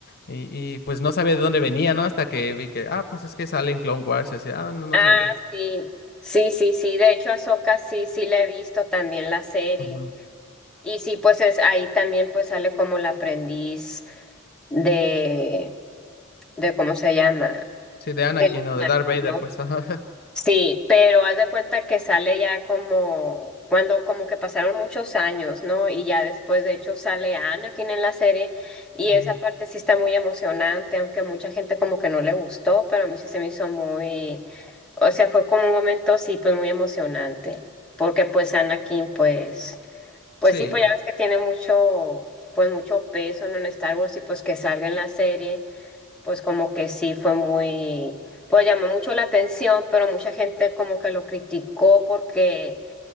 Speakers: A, on the left; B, in the centre.
A: Y, y pues no sabía de dónde venía, ¿no? Hasta que vi que, ah, pues es que sale en Clone Wars, y así, ah, no, no
B: Ah,
A: sabía.
B: sí, sí, sí, sí. De hecho, Ahsoka sí, sí la he visto también la serie.
A: Ujú.
B: Y sí, pues es ahí también pues sale como la aprendiz de, de ¿cómo se llama?
A: Sí, de Anakin
B: De la
A: o
B: Anakin,
A: de Darth Vader,
B: ¿no?
A: pues, <laughs> ajá.
B: Sí, pero haz de cuenta que sale ya como cuando como que pasaron muchos años, ¿no? Y ya después de hecho sale Anakin en la serie y
A: Ujú.
B: esa parte sí está muy emocionante, aunque mucha gente como que no le gustó, pero a mí sí se me hizo muy, o sea, fue como un momento sí pues muy emocionante, porque pues Anakin pues pues
A: Sí.
B: sí pues ya ves que tiene mucho pues mucho peso, ¿no? en Star Wars y pues que salga en la serie pues como que sí fue muy, pues llamó mucho la atención, pero mucha gente como que lo criticó porque